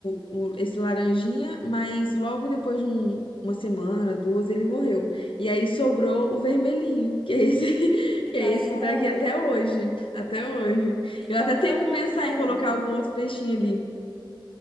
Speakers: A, on the left; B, in the centre.
A: o- esse laranjinha, mas logo depois de um- uma semana, duas, ele morreu. E aí sobrou o vermelhinho, <laughs> que é esse, <laughs>
B: Que
A: que
B: tá
A: é
B: aí
A: esse
B: até
A: que tá aqui
B: hoje.
A: até hoje. Até hoje.
B: E
A: Eu
B: qual
A: até tenho
B: que é o
A: que
B: nome
A: pensar
B: dele?
A: em colocar algum outro peixinho ali.